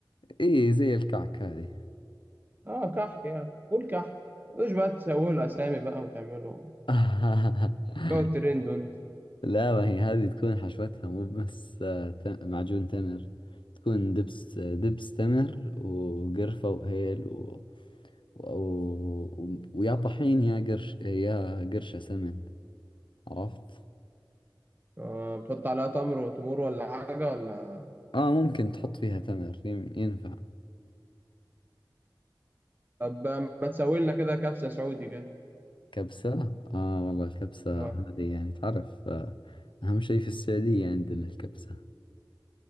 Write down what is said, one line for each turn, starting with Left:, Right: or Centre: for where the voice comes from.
Left: إيه زي الكعك هذه
Right: اه كحك يعني قول كحك مش بقى تسوي له اسامي بقى وتعملوا
Left: <laughs>
Right: تقعد ترند انت
Left: لا ما هي هذه تكون حشوتها مو بس آه، ت- معجون تمر تكون دبس دبس تمر وقرفة وهيل و... و... و... ويا طحين يا قرش يا قرشة سمن عرفت؟
Right: آه بتحط عليها تمر وتمور ولا حاجة ولا
Left: اه ممكن تحط فيها تمر يم- ينفع
Right: طب ما تسوي لنا كده كبسة سعودي كده
Left: كبسة آه والله الكبسة
Right: آه.
Left: هذه يعني تعرف آه أهم شيء في السعودية عندنا الكبسة